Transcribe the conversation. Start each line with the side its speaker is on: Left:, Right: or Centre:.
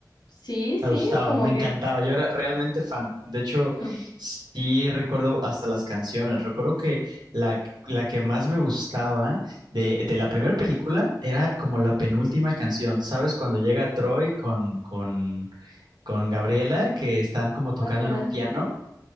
Left: sí, sí,
Right: Me gustaba,
Left: como
Right: me encantaba.
Left: que,
Right: Yo era realmente fan. De hecho,
Left: <laughs>
Right: sí recuerdo hasta las canciones. Recuerdo que la, la que más me gustaba de, de la primera película era como la penúltima canción. ¿Sabes? Cuando llega Troy con, con, con Gabriela, que están como tocando
Left: vale,
Right: en
Left: da.
Right: un piano.